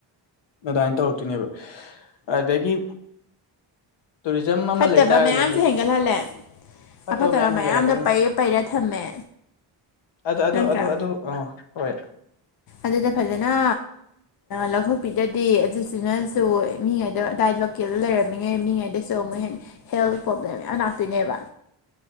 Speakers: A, on the left; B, on the left.
A: ꯑꯗꯥꯡ ꯇꯧꯔꯛꯇꯣꯏꯅꯦꯕ ꯑꯗꯒꯤ ꯇꯨꯔꯤꯖꯝ ꯑꯃ
B: ꯐꯠꯇꯕ
A: ꯂꯩꯇꯥꯥꯔꯒꯗꯤ
B: ꯃꯌꯥꯝꯁꯦ ꯍꯦꯟꯒꯠꯍꯜꯂꯦ
A: ꯐꯠꯇꯕ
B: ꯑꯐꯠꯇꯕ
A: ꯃꯌꯥꯝ ꯍꯦꯟꯒꯠꯂꯛꯀꯅꯤ
B: ꯃꯌꯥꯝꯗꯣ ꯄꯩꯔ ꯄꯩꯔ ꯊꯝꯃꯦ
A: ꯑꯗꯨ ꯑꯗꯨ
B: ꯅꯠꯇ꯭ꯔꯥ
A: ꯑꯗꯨ ꯑꯗꯨ ꯑ ꯍꯣꯏ
B: ꯑꯗꯨꯗ ꯐꯖꯅ ꯂꯧꯊꯣꯛꯄꯤꯗꯗꯤ ꯑꯗꯨꯗꯨꯅꯁꯨ ꯃꯤꯉꯩꯗꯣ ꯑꯗꯨꯗꯥꯏ ꯂꯣꯀꯦꯜ ꯂꯩꯔꯝꯃꯤꯉꯩ ꯃꯤꯉꯩꯗ ꯁ ꯑꯃꯨꯛ ꯍꯦꯟ ꯍꯦꯜ ꯄ꯭ꯔꯣꯕ꯭ꯂꯦꯝ ꯃ ꯉꯥꯛꯇꯣꯏꯅꯦꯕ